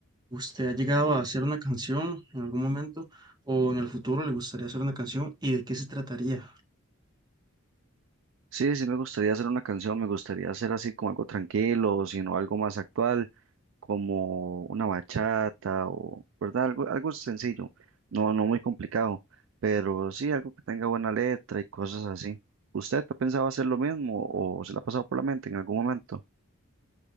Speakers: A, on the right; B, on the right.
A: usted ha llegado a hacer una canción en algún momento o en el futuro le gustaría hacer una canción y de qué se trataría.
B: Sí, sí me gustaría hacer una canción, me gustaría hacer así como algo tranquilo, sino algo más actual, como una bachata o, ¿verdad? Algo, algo sencillo, no, no muy complicado, pero sí algo que tenga buena letra y cosas así. ¿Usted ha pensado hacer lo mismo o se le ha pasado por la mente en algún momento?